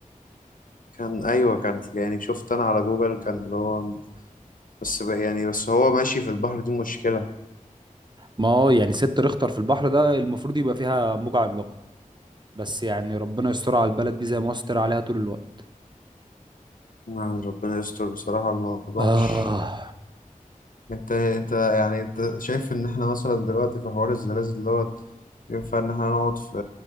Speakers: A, on the left; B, on the right.
A: كان ايوه كان يعني شفت انا على جوجل كان اللي هو بس بقى يعني بس هو ماشي في البحر دي مشكلة
B: ما هو يعني ست ريختر في البحر ده المفروض يبقى فيها موجة عملاقة بس يعني ربنا يستر على البلد دي زي ما هو ستر عليها طول الوقت
A: يعني ربنا يستر بصراحة الموضوع
B: آه
A: مش انت انت يعني انت شايف ان احنا مثلا دلوقتي في حوار الزلازل دوت ينفع ان احنا نقعد في